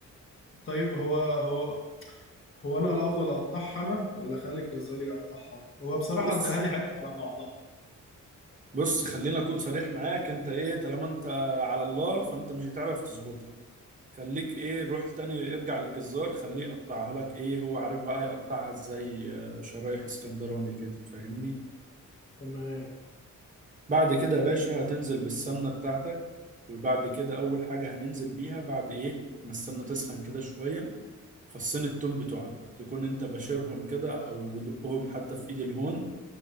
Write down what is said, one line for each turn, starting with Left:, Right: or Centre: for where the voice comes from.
Left: طيب هو هو هو انا الافضل اقطعها انا ولا اخلي الجزار يقطعها هو بصراحة
Right: بص
Left: اديها لي حتة على بعضها
Right: بص خلينا اكون صريح معاك انت ايه طالما انت على الله فانت مش هتعرف تظبطها خليك ايه روح تاني ارجع للجزار خليه يقطعها لك ايه هو عارف بقى يقطعها ازاي آه، شرايح اسكندراني كده فاهمني
Left: تمام
Right: بعد كده يا باشا هتنزل بالسمنة بتاعتك وبعد كده أول حاجة هننزل بيها بعد إيه ما السمنة تسخن كده شوية فصين التوم بتوعنا تكون أنت بشرهم كده أو دقهم حتى في إيد الهون